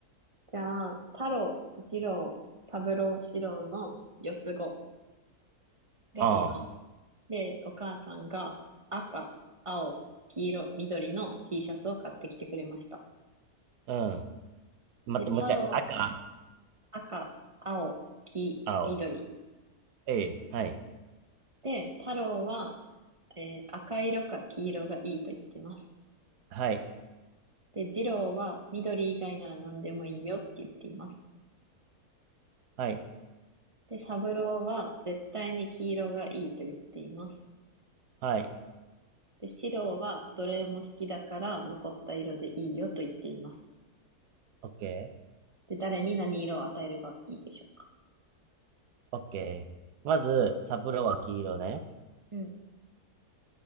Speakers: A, on the right; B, on the right.
A: じゃあ、太郎、次郎、三郎、四郎の四つ子。がいます。
B: ああ、
A: で、お母さんが赤、青、黄色、緑の T シャツを買ってきてくれました。
B: うん待って、
A: で、太郎、
B: もう一回。赤、
A: 赤、青、黄、
B: 青、
A: 緑。
B: ええ、はい、
A: で、太郎は、えー赤色か黄色がいいと言ってます。
B: はい、
A: で、次郎は緑以外なら何でもいいよって言っています。
B: はい、
A: で、三郎は絶対に黄色がいいと言っています。
B: はい、
A: で、四郎はどれも好きだから残った色でいいよと言っています。
B: オッケ
A: で、誰に何色を与えればいいでしょうか
B: ー、オッケー。まず、サブローは黄色ね。
A: うん、